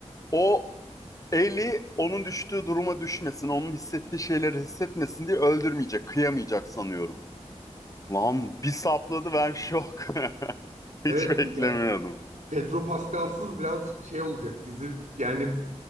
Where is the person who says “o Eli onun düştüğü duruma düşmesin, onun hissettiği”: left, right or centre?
Left